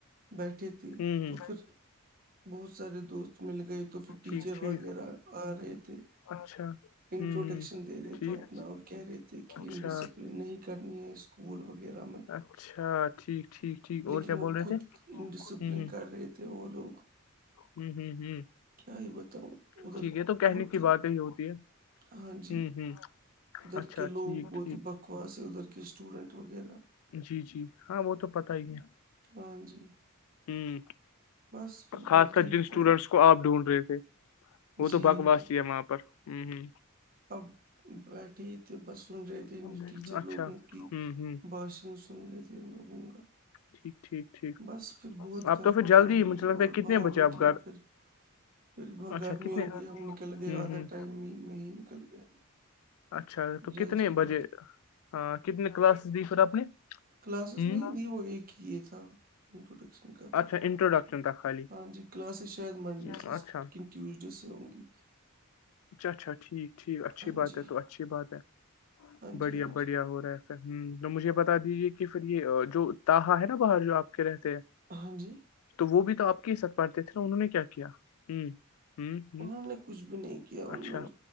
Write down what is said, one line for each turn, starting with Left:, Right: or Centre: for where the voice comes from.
Right: بیٹھے تھی
Left: ہوں
Right: تو
Left: ہ
Right: پھر بہت سارے دوست مل گئے تو پھر ٹیچر
Left: ٹھیک ٹھیک
Right: وغیرہ آ رہے تھے
Left: اچھا ہوں
Right: انٹروڈکشن
Left: ہ
Right: دے رہے
Left: ٹھیک
Right: تھے اپنا اور کہہ رہے تھے کہ
Left: اچھا
Right: ان ڈسپلن نہیں کرنی ہے اسکول وغیرہ میں
Left: اچھا ٹھیک ٹھیک ٹھیک اور
Right: لیکن
Left: کیا
Right: وہ
Left: بول رہے
Right: خود
Left: تھے ہم
Right: انڈسپلن
Left: ہم
Right: کر رہے تھے وہ لوگ
Left: ہوں ہوں ہوں
Right: کیا ہی بتاؤں ادھر
Left: ٹھیک ہے تو کہنے
Right: بہت
Left: کی بات ہی ہوتی ہے ہوں
Right: ہاں جی
Left: ہوں
Right: ادھر
Left: اچھا
Right: کے لوگ
Left: ٹھیک
Right: بہت ہی بکواس ہے ادھر کے اسٹوڈینٹ وغیرہ
Left: جی جی ہاں وہ تو پتا ہی ہے
Right: ہاں جی
Left: ہمم
Right: بس پھر
Left: خاص
Right: بیٹھے
Left: کر
Right: ہی
Left: جن اسٹوڈینٹس
Right: تھے
Left: کو آپ ڈھونڈ رہے تھے وہ
Right: جی
Left: تو بکواس ی سی ہے وہاں پر ہوں ہوں
Right: اب بیٹھے ہی تھے بس سن رہے تھے
Left: اچھا
Right: ٹیچر لوگوں کی
Left: ہوں ہوں
Right: بھاشن سن رہے تھے ان لوگوں کا
Left: ٹھیک ٹھیک ٹھیک
Right: بس پھر بہت
Left: آپ
Right: گرمی
Left: تو پھر جلدی
Right: ہو گئی
Left: مجھے لگتا
Right: اور
Left: ہے کتنے
Right: باہر
Left: بجے آپ
Right: نکلے
Left: گھر
Right: پھر پھر بہت
Left: اچھا
Right: گرمی
Left: کتنے
Right: ہو گئی ہم نکل گئے
Left: ہوں
Right: آدھا
Left: ہوں
Right: ٹائم میں میں ہی نکل گئے ہم
Left: اچھا
Right: لوگ
Left: تو
Right: جلد
Left: کتنے
Right: جلدی
Left: بجے ہاں کتنے کلاسز لی پھر آپ نے
Right: کلاسسز
Left: ہوں
Right: نہیں دی ہوگی وہ ایک یہ تھا انٹروڈکشن کا تھا
Left: اچھا انٹروڈکشن تھا خالی
Right: ہاں جی کلاسسز شاید منڈے
Left: اچھا
Right: سے
Left: اچھا
Right: کن ٹیوزڈے سے ہوں گی
Left: اچھا اچھا ٹھیک ٹھیک اچھی
Right: ہاں
Left: بات
Right: جی
Left: ہے تو اچھی بات ہے
Right: ہاں
Left: بڑھیا
Right: جی ہاں
Left: بڑھیا
Right: جی
Left: ہو رہا ہے ہ تو مجھے بتا دیجیے کہ پھر یہ جو تہا ہے نا باہر جو آپ کے رہتے ہیں
Right: ہاں جی
Left: تو وہ بھی تو آپ کے ہی سر پڑتے تھے نا انہوں نے کیا کیا ہ ہ ہ
Right: انہوں نے کچھ بھی نہیں کیا ان
Left: اچھا
Right: لوگ